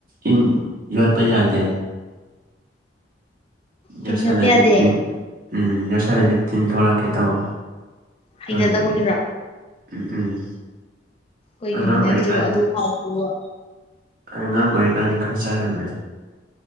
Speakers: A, on the right; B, on the left.
A: ꯏꯟ ꯌꯣꯠꯄ ꯌꯥꯗꯦ
B: ꯇꯤꯟ
A: ꯌꯁꯟ
B: ꯌꯣꯠꯄ
A: ꯂꯩ
B: ꯌꯥꯗꯦ
A: ꯇꯤꯟ ꯎꯝ ꯌꯁꯥꯏ ꯂꯩ ꯇꯤꯟ ꯊꯔꯥ ꯀꯦ ꯇꯧꯋꯦ
B: ꯍꯩꯅꯗꯕꯒꯤꯔꯣ
A: ꯇꯣꯏꯕꯒꯤ ꯎꯝ ꯎꯝ
B: ꯀꯩꯒꯤ
A: ꯑꯉꯥꯡ
B: ꯍꯩꯅꯗ꯭ꯔꯤꯕ
A: ꯑꯣꯏꯔꯤꯀꯥꯟꯗ
B: ꯑꯗꯨꯛ ꯍꯥꯎꯕꯗꯨꯕꯣ
A: ꯑꯉꯥꯡ ꯑꯣꯏꯔꯤꯀꯥꯟ ꯈꯔ ꯆꯥꯔꯝꯃꯦ